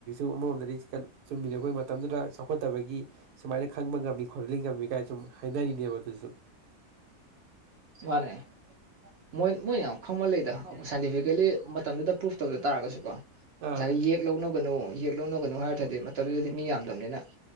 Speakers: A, on the right; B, on the right.
A: <unintelligible> ꯑꯃꯔꯣꯝꯗꯗꯤ ꯆꯨꯝꯃꯤꯅꯦ ꯑꯈꯣꯏ ꯃꯇꯝꯗꯨꯗ ꯆꯥꯎꯈꯠꯇꯕꯒꯤ ꯁꯨꯃꯥꯏꯅ ꯈꯪꯕ ꯉꯝꯃꯤ ꯈꯣꯠꯂꯤ ꯉꯝꯃꯤ ꯉꯥꯏ ꯁꯨꯝ ꯍꯥꯏꯅꯔꯤꯅꯦꯕ ꯑꯗꯨꯖꯨ
B: ꯃꯥꯅꯦ ꯃꯣꯏ ꯃꯣꯏ ꯌꯥꯝ ꯈꯪꯕ ꯂꯩꯗ ꯁꯥꯏꯟꯇꯤꯐꯤꯀꯦꯜꯂꯤ ꯃꯇꯝꯗꯨꯗ ꯄ꯭ꯔꯨꯐ ꯇꯧꯗ ꯇꯥꯔꯒꯥꯁꯨꯀꯣ
A: ꯑꯥ
B: ꯉꯁꯥꯏꯒꯤ ꯌꯦꯛ ꯂꯧꯅꯒꯅꯨ ꯌꯦꯛ ꯂꯧꯅꯒꯅꯨ ꯍꯥꯏꯔ ꯊꯗꯤ ꯃꯇꯝꯗꯨꯗꯗꯤ ꯃꯤ ꯌꯥꯝꯗꯕꯅꯤꯅ